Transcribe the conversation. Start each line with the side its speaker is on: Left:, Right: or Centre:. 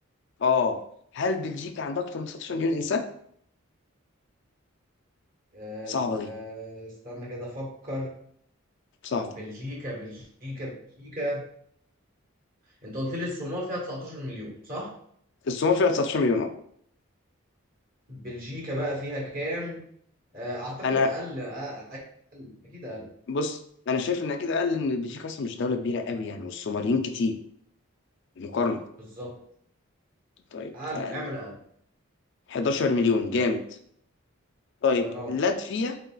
Left: اه هل بلجيكا عندها اكتر من 19 مليون انسان
Right: آه،
Left: صعبه
Right: آه،
Left: دي
Right: استنى كده افكر
Left: صعبه
Right: بلجيكا بلجيكا بلجيكا انت قلت لي الصومال فيها 19 مليون صح
Left: الصومال فيها 19 مليون اه
Right: بلجيكا بقى فيها كام آه، اعتقد
Left: انا
Right: اقل آه، اقل اكيد اقل
Left: بص انا شايف ان كده قال ان بلجيكا اصلا مش دوله كبيره قوي يعني والصوماليين كتير مقارنه
Right: بالظبط
Left: طيب
Right: اقل
Left: فقال
Right: اعمل اقل
Left: 11 مليون جامد طيب
Right: الله ينور
Left: لاتفيا